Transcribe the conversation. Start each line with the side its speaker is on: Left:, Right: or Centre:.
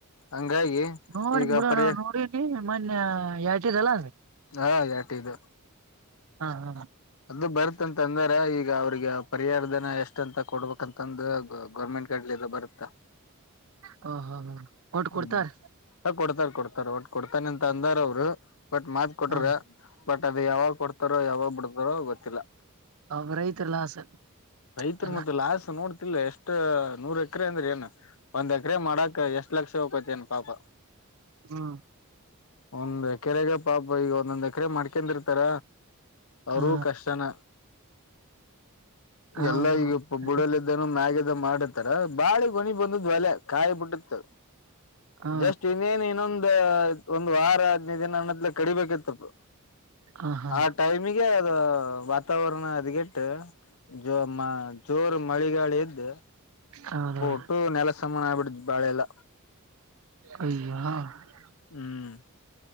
Left: ಹಂಗಾಗಿ
Right: ನೋಡ
Left: ಈಗ
Right: ಬಿಡೋ
Left: ಪರಿ
Right: ನ ನೋಡಿನಿ ಮೊನ್ನೆ ಯತಿದಲ್ಲ
Left: ಹಾ ಯಾಟ ಇದು
Right: ಹಾ ಹಾ
Left: ಅದು ಬರ್ತ್ಂತ ಅಂದ್ರ ಈಗ ಅವ್ರಿಗೆ ಪರಿಹಾರ ದನ ಎಷ್ಟ ಅಂತ ಕೊಡ್ಬೇಕಂತಂದು ಗೌರ್ಮೆಂಟ್ ಕಡ್ಲಿ ಬರುತ್ತಾ
Right: ಹ ಹಾ ಹಾ ಕೊಟ್ ಕೊಡ್ತಾರ
Left: ಹ್ಮ್ ಕೊಡ್ತಾರ ಕೊಡ್ತಾರ ಒಟ್ ಕೊಡ್ತಾನ ಅಂತ ಅಂದಾರ ಅವರು ಬಟ್ ಮಾತ್ ಕೊಟ್ರ
Right: ಹ
Left: ಬಟ್ ಅದು ಯಾವಾಗ ಕೊಡ್ತಾರೋ ಯಾವಾಗ್ ಬಿಡ್ತಾರೋ ಗೊತ್ತಿಲ್ಲ
Right: ಅವ ರೈತರ ಲಾಸ್
Left: ರೈತರು
Right: ಎಲ್ಲ
Left: ಮತ್ತೆ ಲಾಸ್ ನೋಡ್ತ ಇಲ್ಲ ಎಷ್ಟ ನೂರ್ ಎಕರೆ ಅಂದ್ರ ಏನ್ ಒಂದ್ ಎಕರೆ ಮಾಡಕ್ ಎಷ್ಟ್ ಲಕ್ಷ ಹೋಗಕೋತ್ತ ಏನ್ ಪಾಪ
Right: ಹ್ಮ
Left: ಒಂದ್ ಎಕರೆಗ ಪಾಪ ಈಗ ಒಂದೊಂದ್ ಎಕರೆ ಮಾಡ್ಕೊಂಡಿರ್ತಾರ ಅವರೂ
Right: ಹಾ
Left: ಕಷ್ಟನ
Right: ಹಾ
Left: ಎಲ್ಲಾ ಈಗ
Right: ಅದೇ
Left: ಬುಡಲ್ಲ ಇದ್ದೇನ ಮ್ಯಾಗ ಮಾಡತಾರ ಬಾಳಿ ಕೊಣಿ ಬಂದ ಒಲೆ ಕಾಯಿ ಬಿಟ್ಟತ್
Right: ಹಾ
Left: ಜಸ್ಟ್ ಇನ್ನೇನು ಇನ್ನೊಂದ ಒಂದು ವಾರ ಹದ್ನೈ ದಿನ ಹಣದ್ಲ ಕಡಿಬೇಕಿತ್ತತ್ತು
Right: ಹ ಹಾ
Left: ಆ ಟೈಮಿಗೆ ಅದು ವಾತಾವರಣ ಅದಗಟ್ಟ ಜೋ ಜೋರ್ ಮಳೆಗಾಳಿ ಎದ್ದು
Right: ಹೌದೌದು
Left: ಟ್ಟು ನೆಲ ಸಮಾನ ಆಗ್ಬಿಡ ಬಾಳೆ ಎಲ್ಲ
Right: ಅಯಾ <unintelligible>
Left: ಹ್ಮ್